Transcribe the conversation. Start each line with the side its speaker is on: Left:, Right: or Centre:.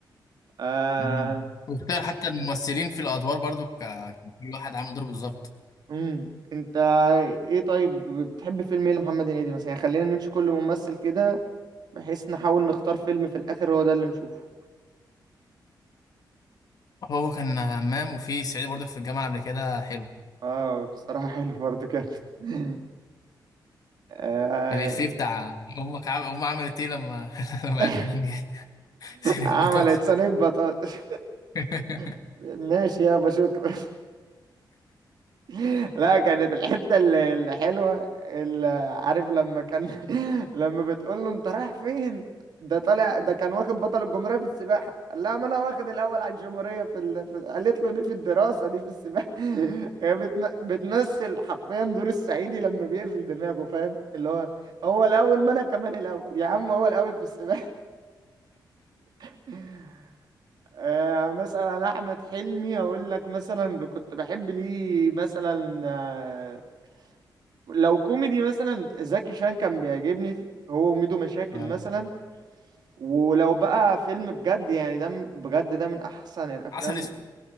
Right: آه
Left: امم واختار حتى الممثلين في الادوار برضه ك- كل واحد عامل دوره بالظبط
Right: امم انت ايه طيب بتحب فيلم ايه لمحمد هنيدي مثلا يعني خلينا نمشي كل ممثل كده بحيث نحاول نختار فيلم في الآخر هو ده اللي نشوفه
Left: هو كان همام وفي صعيدي برضه في الجامعه الامريكيه ده حلو
Right: اه بصراحة حلو برضو كده <laughs> آه،
Left: الافيه بتاع امك عم... امك عملت ايه لما <laughs> لما
Right: <laughs>
Left: عرفت ان انا نجحت سنين
Right: عملت
Left: بطاطس
Right: صينية بطاطس
Left: <laughs>
Right: <laughs> ماشي يابا شكرا <laughs> لا كانت الحتة ال- الحلوة اللي عارف لما كان <laughs> لما بتقول له انت رايح فين ده طالع ده كان واخد بطل الجمهورية في السباحة قال لها ما انا واخد الاول على الجمهورية في, ال... في... قالت له دي في الدراسة دي في السباحة <laughs> هي بتم... بتمثل حرفيا دور الصعيدي لما بيقفل دماغه فاهم اللي هو هو الاول ما انا كمان الاول يا عم هو الاول في السباحة <laughs> آه مثلا احمد حلمي اقول لك مثلا كنت بحب ليه مثلا آه، لو كوميدي مثلا زكي شان كان بيعجبني هو وميدو مشاكل
Left: آه.
Right: مثلا ولو بقى فيلم بجد يعني ده م- بجد ده من احسن الافلام
Left: عسل اسود